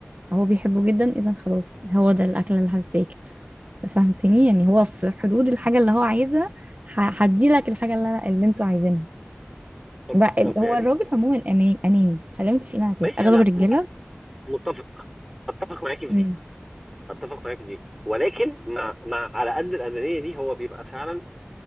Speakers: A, on the right (about 40°); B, in the centre.
A: هو بيحبه جدا اذا خلاص هو ده الاكله اللي هتتاكل فهمتني يعني هو في حدود الحاجه اللي هو عايزها هدي لك الحاجه اللي انا اللي انتوا عايزينها
B: طب
A: بقى-
B: طب
A: هو
B: يعني
A: الراجل عموما أنا- اناني خلينا متفقين على كده
B: ماشي
A: اغلب
B: انا
A: الرجاله
B: م- متفق اتفق معاكي في
A: امم
B: دي اتفق معاكي في دي ولكن مع مع على قد الانانيه دي هو بيبقى فعلا